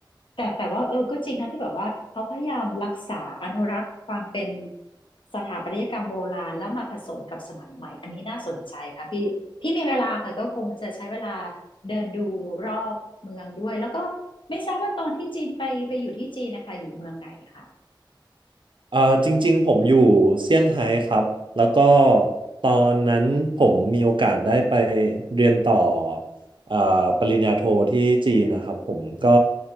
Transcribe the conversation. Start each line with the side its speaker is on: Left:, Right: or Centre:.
Left: แต่แต่ว่าเออก็จริงนะที่แบบว่าเขาพยายามรักษาอนุรักษ์ความเป็นสถาปัตยกรรมโบราณแล้วมาผสมกับสมัยใหม่ อันนี้น่าสนใจค่ะพี่พี่มีเวลาค่ะก็คงจะใช้เวลาเดินดูรอบเมืองด้วยแล้วก็ไม่ทราบว่าตอนที่จีนไปไปอยู่ที่จีนนะคะอยู่เมืองไหนคะ
Right: เอ่อจริงๆผมอยู่เซี่ยงไฮ้ครับแล้วก็ตอนนั้นผมมีโอกาสได้ไปเรียนต่อเอ่อปริญญาโทที่จีนนะครับผมก็